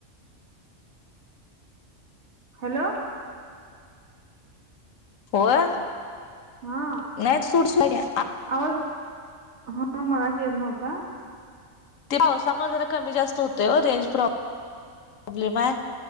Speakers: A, on the right; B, on the left.
A: हॅलो.
B: होय.
A: हा
B: नाही सूट साड्या
A: आवाज. हा मगाशी येत नव्हता.
B: ते पावसामुळे जरा कमी जास्त होते हो. रेंज प्रॉ प्रॉब्लेम आहे.